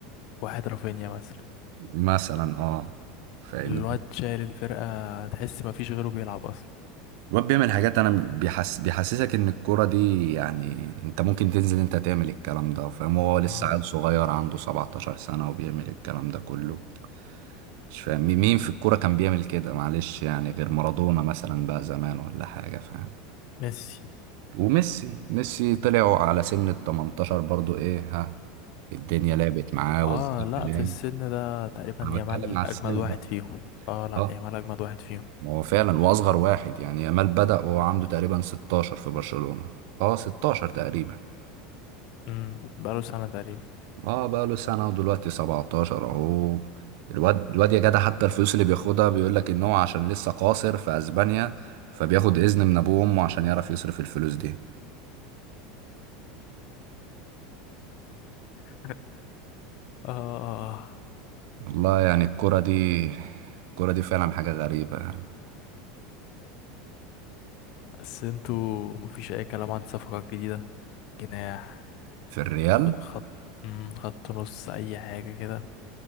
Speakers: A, on the left (about 50°); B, on the right (about 55°).
A: واحد رافينيا مثلا
B: مثلا اه فاهمني
A: الواد شايل الفرقة تحس مفيش غيره بيلعب أصلا
B: الواد بيعمل حاجات انا بيحس بيحسسك ان الكوره دي يعني انت ممكن تنزل انت تعمل الكلام ده فاهم هو لسه
A: اه
B: عيل صغير عنده 17 سنه وبيعمل الكلام ده كله مش فاهم مي- مين في الكورة كان بيعمل كده معلش يعني غير مارادونا مثلا بقى زمان ولا حاجة فاهم
A: ميسي
B: وميسي ميسي طلعوا على سن ال 18 برضو ايه ها الدنيا لعبت معاه
A: اه
B: والزمن
A: لا
B: لعب
A: في السن ده تقريبا
B: انا
A: يامال
B: بتكلم على
A: أجمد
B: السن
A: واحد
B: بقى
A: فيهم اه لا
B: اه
A: يامال أجمد واحد فيهم
B: ما هو فعلا واصغر واحد يعني يامال بدأ وهو عنده تقريبا 16 في برشلونة اه 16 تقريبا
A: امم بقاله سنة تقريبا
B: اه بقى له سنة ودلوقتي 17 اهو الواد الواد يا جدع حتى الفلوس اللي بياخدها بيقول لك ان هو عشان لسه قاصر في اسبانيا فبياخد اذن من ابوه وامه عشان يعرف يصرف الفلوس دي
A: <laughs> اه
B: والله يعني الكرة دي الكرة دي فعلا حاجة غريبة يعني
A: بس انتوا مفيش أي كلام عن صفقات جديدة جناح
B: في الريال
A: وخط مم، خط نص أي حاجة كده